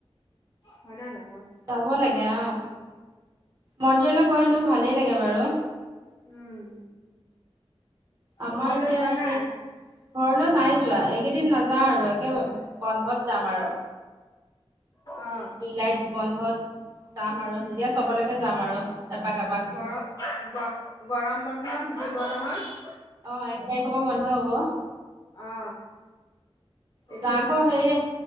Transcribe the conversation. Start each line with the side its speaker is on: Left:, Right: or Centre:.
Left: হয় না ন-
Right: যাব লাগে অ মন্দিৰলৈ গৈ নো ভালেই লাগে বাৰু।
Left: উম
Right: আমাৰ
Left: ঘৰলৈ
Right: এতিয়া
Left: যোৱা
Right: একে।
Left: নাই
Right: ঘৰলৈ নাই যোৱা এইকেইদিন নাযাওঁ আৰু একে বন্ধত যাম আৰু।
Left: অ
Right: এ জুলাইত বন্ধত যাম আৰু যেতিয়া চবলৈকে যাম আৰু। এপাক এপাক।
Left: গৰম গ গৰম বন্ধ দিব নহয়।
Right: অ এক তাৰিখৰ পৰা বন্ধ হব।
Left: অ। তেতিয়া
Right: তাকো সেয়ে।